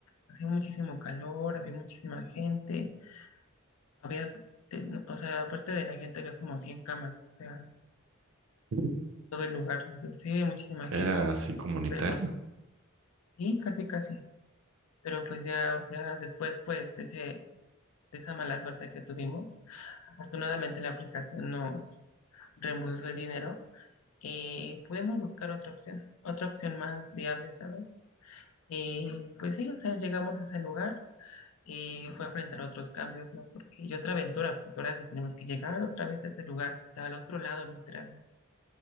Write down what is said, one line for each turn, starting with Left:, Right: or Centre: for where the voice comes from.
Left: hacía muchísimo calor, había muchísima gente, había, te- no, o sea, aparte de la gente había como 100 camas, o sea,
Right: <laughs>
Left: en todo el lugar. Entonces, sí, había muchísima
Right: ¿Era
Left: gente,
Right: así comunitario?
Left: pero sí, casi, casi. Pero pues ya, o sea, después, pues, de ese de esa mala suerte que tuvimos. Afortunadamente la aplicación nos reembolsó el dinero y pudimos buscar otra opción, otra opción más viable, ¿sabes? Y pues sí, o sea, llegamos a ese lugar y fue a enfrentar otros cambios, ¿no? Porque, y otra aventura, porque ahora sí tenemos que llegar otra vez a ese lugar que está al otro lado, literalmente.